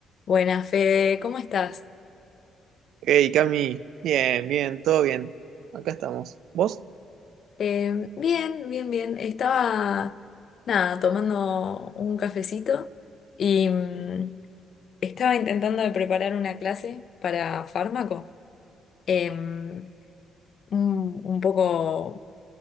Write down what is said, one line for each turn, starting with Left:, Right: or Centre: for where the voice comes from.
Left: Buenas, Fede, ¿cómo estás?
Right: Hey, Cami, bien, bien, todo bien. Acá estamos. ¿Vos?
Left: Eh, bien, bien, bien. Estaba, nada, tomando un cafecito y mm, estaba intentando de preparar una clase para fármaco. Eh, un, un poco,